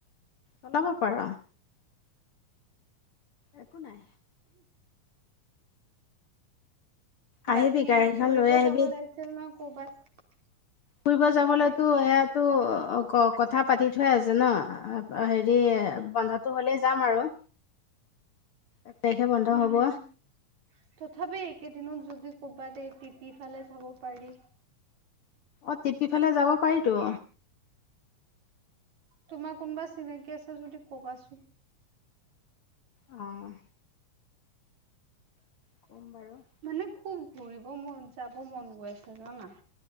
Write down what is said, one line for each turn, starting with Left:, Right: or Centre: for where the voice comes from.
Left: চলাব পাৰ। একো নাই। আহিবি
Right: বাকী
Left: গাড়ীখন
Right: ফুৰিব
Left: লৈ আহিবি
Right: যাব লাগিছিল ন ক'বাত।
Left: ফুৰিব যাবলৈতো সেইয়াতো। অ', কথা পাতি থৈ আছে ন, হেৰি বন্ধটো হ'লেই যাম আৰু। এক তাৰিখে বন্ধ
Right: উম,
Left: হ'বই।
Right: তথাপি এইকেইদিনত যদি ক'ৰবাত এই টিপি ফালে যাব পাৰি।
Left: অ', টিপি ফালে যাব পাৰিতো।
Right: তোমাৰ কোনোবা চিনাকি আছে যদি কবাচোন।
Left: অ'। ক'ম বাৰু।
Right: মানে খুব ঘূৰিব মন যাব মন গৈ আছে জানা?